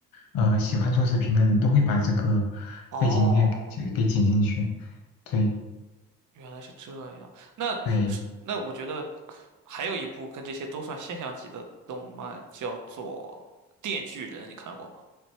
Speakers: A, on the left; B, on the right.
A: 呃，喜欢做视频的人都会把这个
B: 哦，
A: 背景音乐给给剪进去。对
B: 原来是这样。那是那我觉得
A: 对
B: 还有一部跟这些都算现象级的动漫，叫做《电锯人》，你看过吗？